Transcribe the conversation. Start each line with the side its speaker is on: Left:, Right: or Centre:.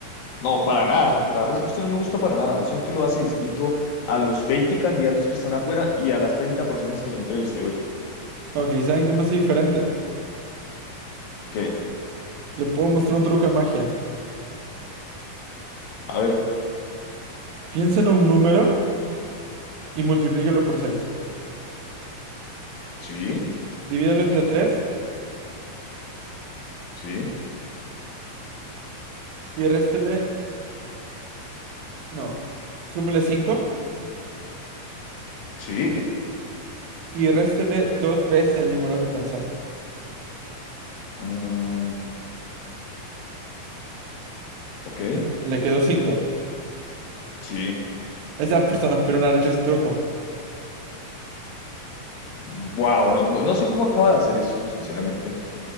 Left: No, para nada. La verdad es que usted no me gusta para nada. Eso en que lo hace distinto a los 20 candidatos que están afuera y a las treinta personas que ya entrevisté hoy.
Right: Ok, ¿saben qué me hace diferente?
Left: Que,
Right: Le puedo mostrar un truco de magia.
Left: a ver,
Right: Piensa en un número. y multiplícalo por seis
Left: sí,
Right: Divídelo entre 3
Left: sí,
Right: y réstele, no, súmele 5
Left: sí.
Right: y réstele dos veces el número que pensó.
Left: mm, ok,
Right: Le, le quedó cinco
Left: sí.
Right: Esas personas pudieron haber hecho ese truco.
Left: Wow, no, no, no sé cómo acaba de hacer eso, sinceramente.